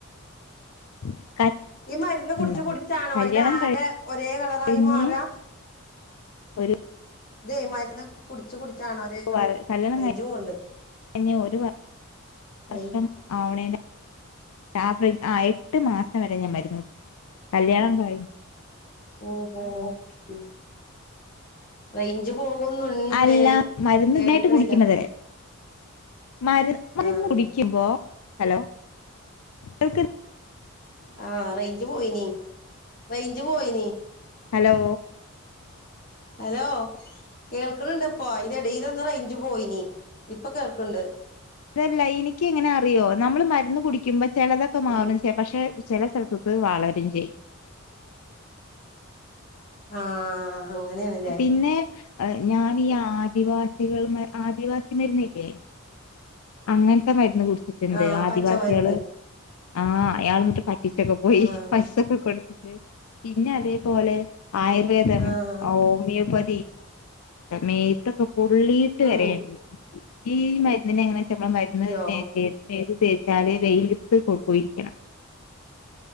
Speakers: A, on the left; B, on the left.
A: <unintelligible>
B: ഈ മരുന്ന് കുടിച്ച്
A: ഞാൻ
B: കുടിച്ചാണോ
A: മരുന്ന് കല്യാണം
B: ഇത് ആകെ ഒരേ കളറായി
A: കഴിഞ്ഞ്
B: മാറ്ക
A: ഒരു
B: ഇതേ മന്ന് കുടിച്ചു കുടിച്ചാണോ ഒരേ കളറ്
A: വർ കല്യാണം
B: റേഞ്ച് പോവണ്ട്
A: കഴിഞ്ഞ് ഒരു വർഷം
B: റേഞ്ച്
A: ആവണേന്റെ ടാപ്ലിൻ ആ എട്ട് മാസം വരെ ഞാൻ മരുന്ന് കുടിച്ച് കല്യാണം കഴി
B: ഉം റൈഞ്ചു പോകുന്നുണ്ട്
A: അല്ല മരുന്ന്
B: കേൾക്കണില്ല
A: ഇതായിട്ട് കുടിക്കണത് മരു മരുന്ന്
B: ആഹ്
A: കുടിക്കുമ്പോ ഹലോ കേൾക്ക്‌
B: ആഹ് റേഞ്ച് പോയിനി റേഞ്ച് പോയിനി
A: ഹലോ
B: ഹലോ കേൾക്കണണ്ട് ഇപ്പ അയിന്റെ ഇടെൽ ഒന്ന് റേഞ്ച് പോയിനി ഇപ്പ കേൾക്കണ്ട്
A: അതല്ല എനിക്ക് എങ്ങനെ അറിയോ നമ്മള് മരുന്ന് കുടിക്കുമ്പ ചിലതൊക്കെ മാറും
B: ഉം
A: പക്ഷെ ചില സ്ഥലത്തക്ക് വളര പിഞ്ചയ്
B: ആഹ് അങ്ങനെണല്ലേ
A: പിന്നെ ഞാൻ ഈ ആദിവാസികള് മര് ആദിവാസി മരുന്നില്ലേ അങ്ങനത്തെ മരുന്ന് കുടിച്ചിട്ടുണ്ട്
B: ആഹ്
A: ആദിവാസികള്
B: പച്ചമരുന്ന്
A: ആഹ് അയാൾ എന്നിട്ട് പറ്റിച്ചൊക്കെ പോയി
B: ആഹ്
A: പൈസൊക്കെ കൊടുത്തിട്ട് പിന്നെ അതേപോലെ ആയുർവേദം
B: ആഹ്
A: ഹോമിയോപതി മേത്തൊക്കെ പൊള്ളിട്ട്
B: ഉം
A: വരെണ്ട് ഈ മരുന്നിനെങ്ങനെയാ വച്ചാ നമ്മൾ മരുന്ന്
B: യോ
A: <unintelligible> തെ വച്ചാലെ വെയിത്ത് പോ പോയിരിക്കണം